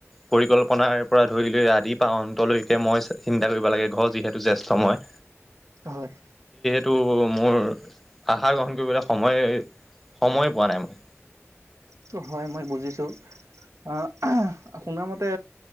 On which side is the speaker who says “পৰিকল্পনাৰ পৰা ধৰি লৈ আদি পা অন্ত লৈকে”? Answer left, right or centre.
Centre